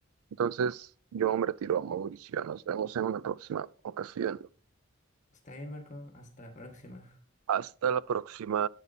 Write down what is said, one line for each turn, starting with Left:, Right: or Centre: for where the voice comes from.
Right: Entonces yo me retiro a Mauricio. Nos vemos en una próxima ocasión.
Left: Está bien, Marco. Hasta la próxima.
Right: Hasta la próxima.